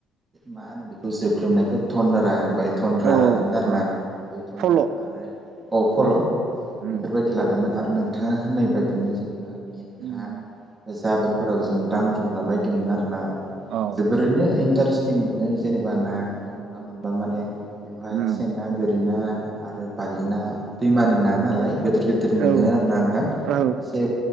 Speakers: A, on the right (about 15°); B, on the right (about 60°).
A: मा होनो बेखौ जोख्रोबनायखौ धनन्दारा ओमफ्राय थन्द्रा
B: औ
A: लादोंमोन आरो
B: औ
A: ना बे थन्द्रा
B: फल'
A: आरो औ फल'
B: उम उम
A: बेफोरबायदि लादोंमोन आरो नोंथाङा होननाय बायदिनो जेनेबा मेटखा
B: उम
A: जाबोर फोराव जों दांग्रोमला बायदोंमोन आर ना।
B: औ
A: जोबोरैनो इन्टारेस् ं मोनो जेनेबा ना हमना मोनबा माने बेवहाय
B: उम
A: सेंना गो। ना आरो बारलि ना। दैमानि ना नालाय गिदिर गिदिर मोनो
B: औ
A: आरो ना नोंथां
B: औ
A: एसे